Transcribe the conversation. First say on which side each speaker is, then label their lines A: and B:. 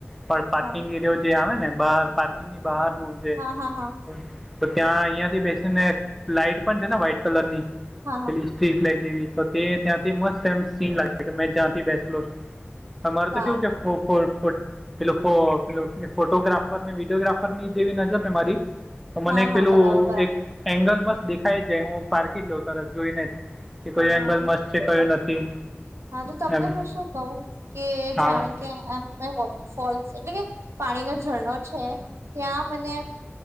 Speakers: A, in the centre; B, on the right (about 85°).
A: પણ પાર્કિંગ,
B: હા
A: એરયો જે આવે ને બહાર પાર્કિંગ ની બહાર
B: હા હા હા
A: <unintelligible> ત્યાં અહિયાં થી બેસી ને લાાઈટ પણ છેને વ્હાઈટ કલર ની
B: હા હા
A: પેલી સ્ટ્રીક લાઈટ જેવી તે ત્યાંથી મસ્ત એમ સીન લાગે મેં જ્યાંથી બેસલો છુ તમાર
B: સારું
A: તો કેવું કે <unintelligible> પેલું ફો પેલું ફોટોગ્રાફર ને વિડીયોગ્રાફરની જેવી નજર ને મારી તો મને
B: હા
A: એક
B: હા
A: પેલું
B: બરાબર બરાબર
A: એક એંગલ મસ્ત દેખાય જાય હું પારખી જ લઉ તરત જોઈને જ કે કોઈ એંગલ મસ્ત છે કયું નથી
B: હાતો તમને
A: એમ
B: હું શું કઉ કે
A: હા
B: જાણે કે મે <unintelligible> એટલે કે પાણી ન ઝરણો છે ત્યાં મને